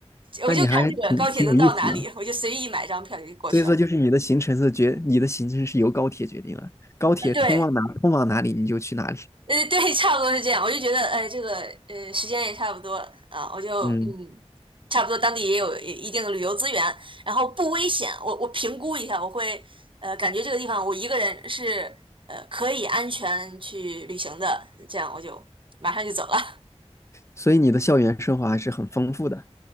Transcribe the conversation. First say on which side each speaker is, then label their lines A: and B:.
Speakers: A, on the right; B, on the left.
A: 我就看这个高铁能到哪里，
B: 那你还挺挺有意思的。
A: 我就随意买张票就过去了。
B: 所以说就是你的行程是决，你的行程是由高铁决定了，高铁通往哪通往哪里你就去哪里。
A: 啊，对。呃，对，差不多是这样。我就觉得，呃，这个呃，时间也差不多啊，我就嗯，
B: 嗯。
A: 差不多当地也有一定的旅游资源，然后不危险。我我评估一下，我会呃，感觉这个地方我一个人是呃可以安全去旅行的，这样我就马上就走了。
B: 所以你的校园生活还是很丰富的